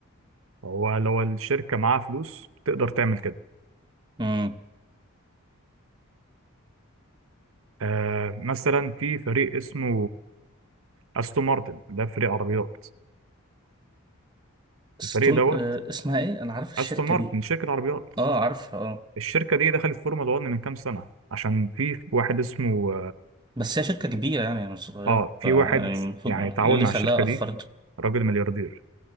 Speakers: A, on the right; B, on the right.
A: هو لو الشركة معاها فلوس تقدر تعمل كده
B: امم
A: آه مثلا في فريق اسمه استون مارتن ده فريق عربيات
B: ستون
A: الفريق دوت
B: آه اسمها ايه انا عارف الشركة
A: استون مارتن
B: دي
A: شركه عربيات
B: اه عارفها اه
A: الشركه دي دخلت فورمولا 1 من كام سنه عشان في واحد اسمه
B: بس هي شركة كبيرة يعني مش صغيرة
A: اه في
B: يعني
A: واحد
B: المفروض
A: يعني
B: إيه
A: تعاون
B: اللي
A: مع
B: خلاها
A: الشركه دي
B: اخرته
A: راجل ملياردير